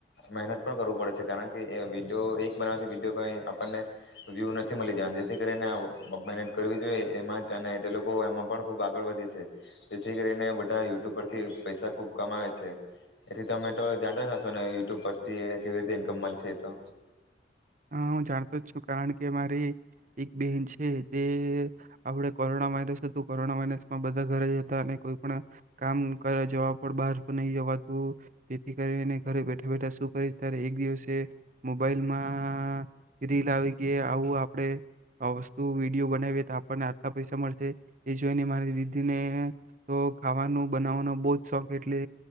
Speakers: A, on the left; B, on the right.
A: મહેનત પણ કરવું પડે છે કારણ કે વિડીયો એક બનાવથી વિડીયો કઈ આપણને વ્યૂ નથી મળી જવા જેથી કરીને મહેનત કરવી જોઈએ એમાં જ અને તે લોકો એમાં પણ ખૂબ આગળ વધે છે જેથી કરીને બધા યુટ્યુબ પરથી પૈસા ખૂબ કમાવે છે એથી તમે તો જાતા હશો ને યુટ્યુબ પરથી કેવી રીતે ઇન્કમ મળશે એ તો.
B: હા હું જાણતો જ છું. કારણ કે મારે એક એક બેન છે તે આપણે કોરોના વાયરસ હતું કોરોના વાયરસમાં બધા ઘરે જતા અને કોઈ પણ કામ કરવા જવા પણ બહાર નહી જવાતું જેથી કરી એને ઘરે બેઠા બેઠા શું કરી ત્યારે એક દિવસે મોબાઈલમાં માં રીલ આવી કે આવું આપણે આ વસ્તુ વિડીયો બનાવીએ તો આપણને આટલા પૈસા મળશે એ જોઈને મારી દીદીને તો ખાવાનું બનાવવાનો બહુ જ શોખ એટલે